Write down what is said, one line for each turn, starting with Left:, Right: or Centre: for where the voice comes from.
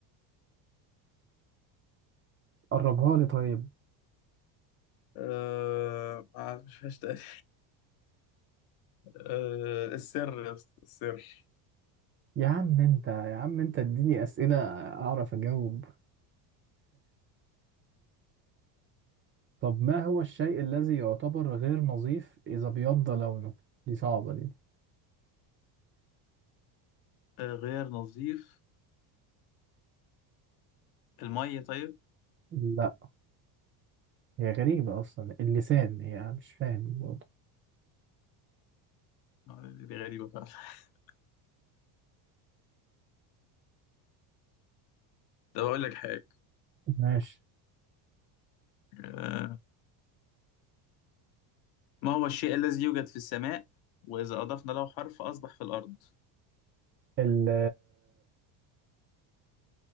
Right: قربها لي طيب
Left: آه ما عرفش تقريبا. <laughs> آه السر يا اسطى السر
Right: يا عم انت يا عم انت اديني اسئله اعرف اجاوب طب ما هو الشيء الذي يعتبر غير نظيف اذا بيض لونه دي صعبه دي
Left: آه، غير نظيف المية طيب
Right: لا هي غريبه اصلا اللسان هي مش فاهم برضه
Left: آه، دي غريبة فعلا <laughs> طب أقول لك حاجة
Right: ماشي
Left: آه، ما هو الشيء الذي يوجد في السماء وإذا أضفنا له حرف أصبح في الأرض
Right: ال